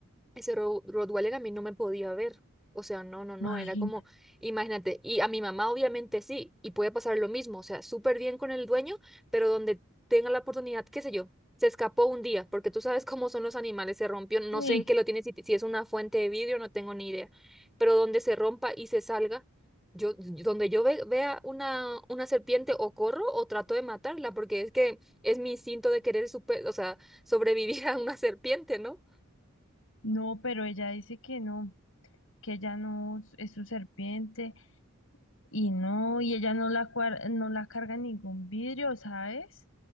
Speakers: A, in the centre; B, on the left.
A: Ese Ro- Rottweiler a mí no me podía ver. O sea, no, no, no,
B: imagínate.
A: era como, imagínate, y a mi mamá obviamente sí, y puede pasar lo mismo, o sea, súper bien con el dueño, pero donde tenga la oportunidad, qué sé yo, se escapó un día, porque tú sabes cómo son los animales, se rompió, no
B: Sí,
A: sé en qué lo tiene, si, si es una fuente de vidrio, no tengo ni idea, pero donde se rompa y se salga, yo, donde yo ve- vea una, una serpiente o corro o trato de matarla, porque es que es mi instinto de querer, super, o sea, sobrevivir <laughs> a una serpiente, ¿no?
B: no, pero ella dice que no, que ella no s- es su serpiente y no, y ella no la, cuar- no la carga en ningún vidrio, ¿sabes?